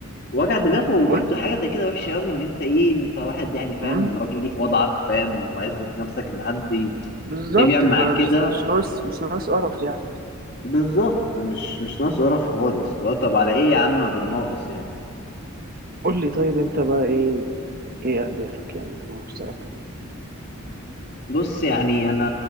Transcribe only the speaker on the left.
وجع دماغه وبرده
حاجه زي كده وحشه قوي ان انت ايه انت واحد يعني فاهم
راجل ليك وضعك فاهم وعزه نفسك ان حد ي-
ليه بيعمل
معاك كده
بالظبط مش مش ناقص قرف خالص اللي هو طب على ايه يا عم بالناقص يعني
بص يعني انا